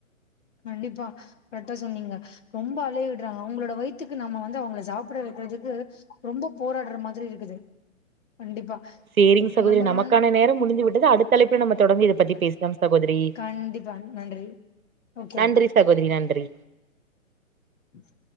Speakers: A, on the left (about 60°); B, on the right (about 80°).
A: கண்டிப்பா கரெக்டா சொன்னீங்க ரொம்ப அலையவிட்றாங்க அவங்களோட வயித்துக்கு நம்ம வந்து அவங்கள சாப்ட வக் ரதுக்கு ரொம்ப போராடுற மாதிரி இருக்குது கண்டிப்பா
B: சேரிங் சகோரி
A: நம்ம
B: நமக்கான
A: வந்து
B: நேரம் முடிந்து விட்டது அடுத்த அலைப்புல நம்ம தொடர்ந்து இத பத்தி பேசலாம் சகோதரி
A: கண்டிப்பா நன்றி ஓகேவா
B: நன்றி சகோதரி நன்றி
A: ம்